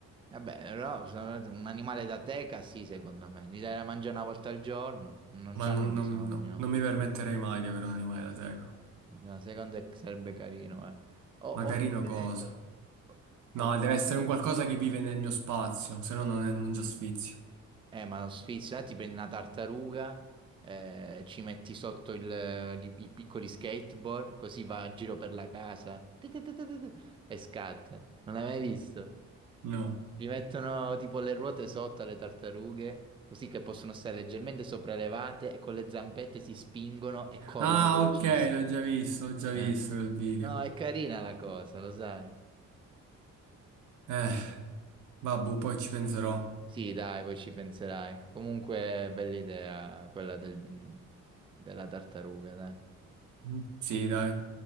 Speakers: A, on the right (about 15°); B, on the right (about 80°).
A: Vabbè, però sono- un animale da teca, sì, secondo me. Gli dai da mangiare una volta al giorno, non
B: Ma
A: c'hanno
B: non,
A: bisogno.
B: non- no, non mi permetterei mai di avere un animale da teca.
A: No, secondo me sarebbe carino, eh. O, o
B: Ma carino
A: il geco,
B: cosa? No,
A: o-
B: deve essere un qualcosa che vive nel mio spazio, se no non è, non già sfizio.
A: Eh, ma lo sfizi, là ti prendi una tartaruga, eh, ci metti sotto il- gli- i piccoli skateboard, così va a giro per la casa Ti, ti, ti, ti, ti, ti, e scatta. Non l'hai mai visto?
B: No.
A: Gli mettono tipo le ruote sotto alle tartarughe, così che possono stare leggermente sopraelevate e con le zampette si spingono e corrono
B: Ah,
A: velocissimi.
B: ok, l'ho già visto, l'ho già
A: Eh.
B: visto quel video.
A: No, è carina la cosa, lo sai.
B: Eh. Vabbè, poi ci penserò.
A: Sì, dai, poi ci penserai. Comunque, bella idea quella del- della tartaruga, dai.
B: Mm, Sì, dai.